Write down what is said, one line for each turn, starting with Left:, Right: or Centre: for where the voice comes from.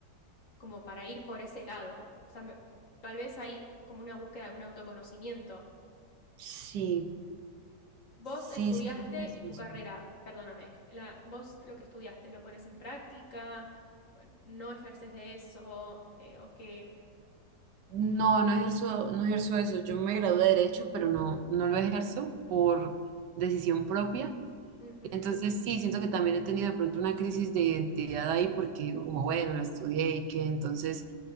Left: como para ir por ese lado. O sea, me- tal vez hay como una búsqueda de un autoconocimiento.
Right: sí,
Left: Vos
Right: sí,
Left: estudiaste
Right: sí, pues,
Left: y tu
Right: eso.
Left: carrera, perdóname, la, vos lo que estudiaste, ¿lo pones en práctica? ¿No ejerces de eso? Eh, ¿o qué?
Right: No, no ejerzo, no ejerzo eso. Yo me gradué de Derecho, pero no, no lo ejerzo por decisión propia.
Left: Ujú,
Right: Entonces sí, siento que también he tenido de pronto una crisis de identidad ahí porque digo como, bueno, lo estudié y que entonces